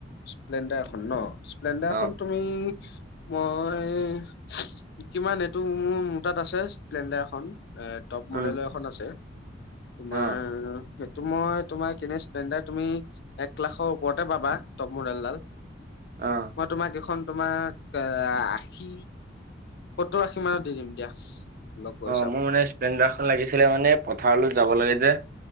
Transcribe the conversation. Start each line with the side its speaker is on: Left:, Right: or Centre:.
Left: স্প্লেণ্ডাৰখন ন। স্প্লেণ্ডাৰখন
Right: অ
Left: তুমি মই কিমান এইটো মোৰ মো তাত আছে স্প্লেণ্ডাৰ এখন। এ টপ
Right: উম
Left: মডেলৰ এখন আছে। তোমাৰ।
Right: অ
Left: সেইটো মই তোমাৰ কেনে স্প্লেণ্ডাৰ্ তুমি এক লাখৰ ওপৰতে পাবা। টপ মডেল ডাল।
Right: অ'।
Left: মই তোমাক এইখন তোমাক আষি। সত্তৰ আশী মানত দি দিম দিয়া। লগৰ
Right: অ'
Left: হিচাপত।
Right: মোৰ মানে স্প্লেণ্ডাৰখন লাগিছিলে মানে পথাৰলৈ যাব লাগে যে।